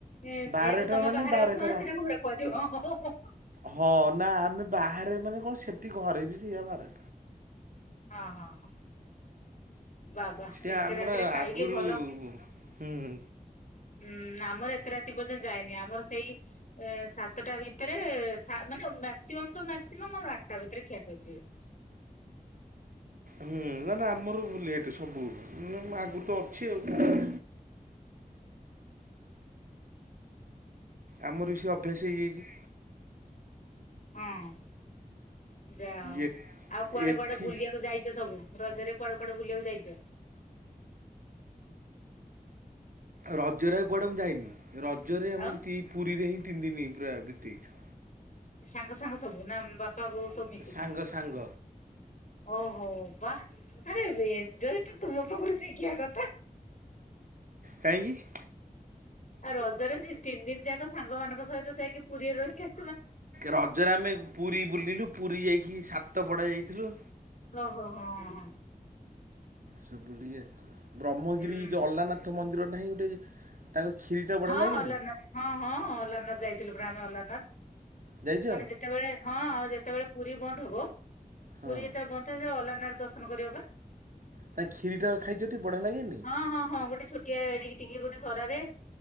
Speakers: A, on the left; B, on the right.
A: ଯେ
B: ବାରଟା
A: ଯେହେତୁ ତମେ
B: ମାନେ
A: ବାହାରେ
B: ବାରଟା
A: ଅଛ ମାନେ
B: ରା
A: ସେଟା ଘରେ କୁହାଯିବ।
B: ହଁ ନା ଆମେ ବାହାରେ ମାନେ କଣ ସେଠି ଘରେ ବି ସେଇଆ ବାହାରେ
A: ହଁ ହଁ ହଁ। ବାବା
B: ସିଏ
A: ଏତେ
B: ଆମର
A: ରାତିରେ ଖାଇକି
B: ଆଗରୁ
A: ଭଲ
B: ହୁଁ ହୁଁ।
A: ହୁଁ ଆମର ଏତେ ରାତି ପର୍ଯ୍ୟନ୍ତ ଯାଏନି ଆମର ସେଇ ଅ ସାତଟା ଭିତରେ ସା ମାନେ ମାକ୍ସିମମ୍ ଟୁ ମାକ୍ସିମମ୍ ଆମ ଆଠଟା ଭିତରେ ଖିଆସରିଯିବ।
B: ହୁଁ ନା ନା ଆମର ସବୁ ଲେଟ୍ ରେ ସବୁ ନା ଆଗରୁ ତ ଅଛି ଆଉ। ଆମର ବି ସେ ଅଭ୍ୟାସ ହେଇଯାଇଛି।
A: ହଁ। ଯାହଉ
B: ଏ
A: ଆଉ କୁଆଡେ
B: ଏଠି
A: କୁଆଡେ ବୁଲିଆକୁ ଯାଇଚ ସବୁ ରଜରେ? କୁଆଡ଼େ କୁଆଡ଼େ ବୁଲିଆକୁ ଯାଇଚ?
B: ରଜରେ ଆଉ କୁଆଡ଼େ ମୁଁ ଯାଇନି ରଜରେ ଆମେ
A: ଆଉ
B: ଯେତିକି ପୁରୀରେ ହିଁ ତିନି ଦିନି ପୁରା ବିତେଇଛୁ।
A: ସାଙ୍ଗ ସାଙ୍ଗ ସବୁ ନା ବାପା ବୋଉ ସବୁ ମିଶିକି?
B: ସାଙ୍ଗ ସାଙ୍ଗ
A: ଓହୋ ବା ଆରେ ଏଞ୍ଜୟ ତ <unintelligible> କଥା
B: କାହିଁକି?
A: ଆଉ ରଜରେ ତିନି ଦିନି ଯାକ ସାଙ୍ଗମାନଙ୍କ ସହିତ ଯାଇକି ପୁରୀରେ ରହିକି ଆସ
B: ରଜରେ ଆମେ ପୁରୀ ବୁଲିଲୁ ପୁରୀ ଯାଇକି ସାତ ପଡା ଯାଇଥିଲୁ।
A: ହ-ହୋ-ହୋ-ହଁ-ହଁ।
B: ସବୁ ଟିକେ ଆସିଥିଲ ବ୍ରହ୍ମଗିରି
A: ହୁଁ
B: ଯେଉଁ ଅଲାନାଥ ମନ୍ଦିର ନାହିଁ ଗୋଟେ ତାଙ୍କ କ୍ଷୀରିଟା ବଢ଼ିଆ
A: ହଁ
B: ଲାଗେନି
A: ଅଲାନାଥ ହଁ-ହଁ ଅଲାନାଥ ଯାଇଥିଲୁ ମୋନେ ଅଲାନାଥ।
B: ଯାଇଛ
A: ମାନେ ଯେତେବେଳେ ହଁ ଆଉ ଯେତେବେଳେ ପୁରୀ ବନ୍ଦ ହବ
B: ହଁ
A: ପୁରୀ ଯେତେବେଳେ ବନ୍ଦ ସେ ଅଲାନାଥ ଦର୍ଶନ କରିବା ପାଇଁ।
B: ତା କ୍ଷୀରିଟା ଖାଇଛଟି ବଢ଼ିଆ ଲାଗେନି
A: ହଁ-ହଁ-ହଁ ଗୋଟେ ଛୋଟିଆ ଏଡିକି ଟିକେ ଗୋଟେ ସରାରେ